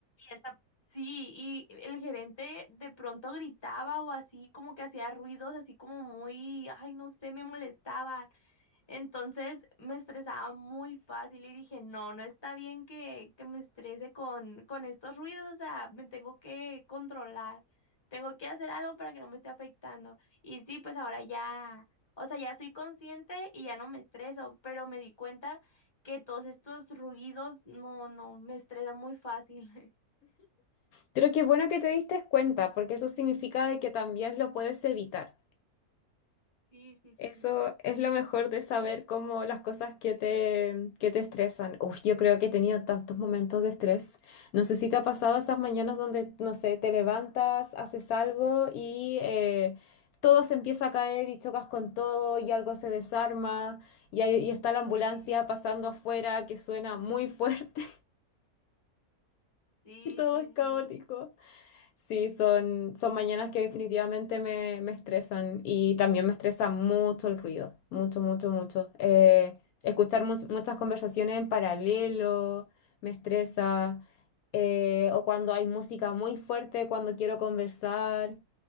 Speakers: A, on the left; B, on the left.
A: Y esta- Sí, y el gerente de pronto gritaba o así, como que hacía ruidos, así como muy, ay, no sé, me molestaba. Entonces me estresaba muy fácil y dije, no, no está bien que, que me estrese con, con estos ruidos, o sea, me tengo que controlar, tengo que hacer algo para que no me esté afectando. Y sí, pues ahora ya, o sea, ya soy consciente y ya no me estreso, pero me di cuenta que todos estos ruidos, no, no, me estresan muy fácil. <laughs>
B: Creo que es bueno que te diste cuenta, porque eso significa de que también lo puedes evitar.
A: Sí, sí, sí.
B: Eso es lo mejor de saber cómo las cosas que te, que te estresan. Uf, yo creo que he tenido tantos momentos de estrés. No sé si te ha pasado esas mañanas donde, no sé, te levantas, haces algo y eh, todo se empieza a caer y chocas con todo y algo se desarma y, ahí- y está la ambulancia
A: Sí,
B: pasando afuera que suena muy fuerte <laughs>
A: sí,
B: y todo
A: sí,
B: es caótico.
A: sí.
B: Sí, son, son mañanas que definitivamente me, me estresan y también me estresa mucho el ruido, mucho, mucho, mucho. Eh, escuchar mus- muchas conversaciones en paralelo me estresa, eh, o cuando hay música muy fuerte, cuando quiero conversar.